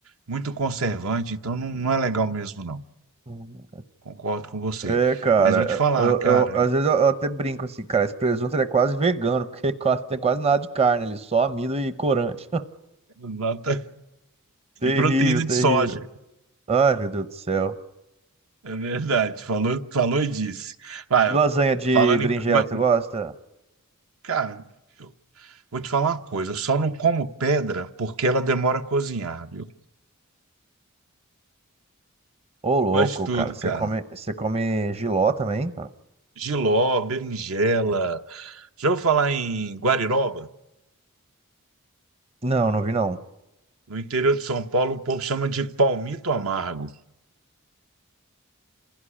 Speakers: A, on the right (about 70°); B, on the right (about 30°).
A: muito conservante. Então não, não é legal mesmo, não.
B: Hum.
A: Concordo com você.
B: É, cara,
A: Mas vou te falar,
B: eu,
A: cara.
B: eu- às vezes eu, eu até brinco assim, cara, esse presunto ele é quase vegano, porque <laughs> quase, tem quase nada de carne ali, só amido e corante.
A: <laughs> nota-
B: <laughs> Terrível,
A: E proteína
B: terrível.
A: de soja.
B: Ai, meu Deus do céu.
A: É verdade, falou, falou e disse. Vai,
B: Lasanha de
A: falando
B: berinjela,
A: em. mas,
B: você gosta?
A: Cara, eu vou te falar uma coisa, eu só não como pedra porque ela demora a cozinhar, viu?
B: Ô,
A: Gosto
B: louco,
A: de tudo,
B: cara. Você
A: cara.
B: come, você come jiló também, cara?
A: Jiló, berinjela. Já ouviu falar em guariroba?
B: Não, não vi não.
A: No interior de São Paulo, o povo chama de palmito amargo.